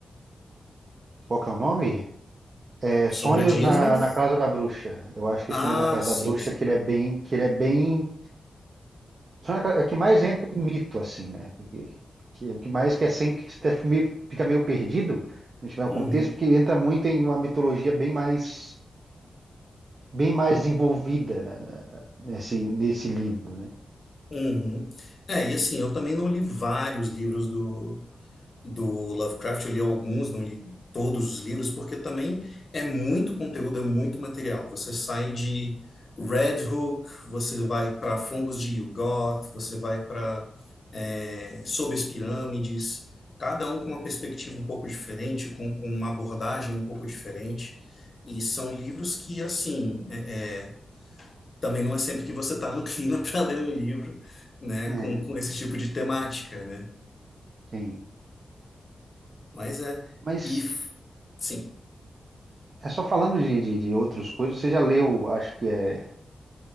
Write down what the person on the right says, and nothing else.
qual que é o nome? É Sonhos
na,
na Casa da Bruxa. Eu acho que
Sonhos na Casa
da Bruxa,
é que ele é bem, que ele é bem, Sonhos na Casa- é o que mais entra em mito assim, né? Que, que- o que mais que é sempre que você até fica meio- fica meio perdido, se não tiver
o contexto, porque ele entra muito em uma mitologia bem mais bem mais desenvolvida, né, na- na- nesse nesse livro, né?
É,
sim.
Mas
é só falando de, de, de outras coisas, você já leu, acho que é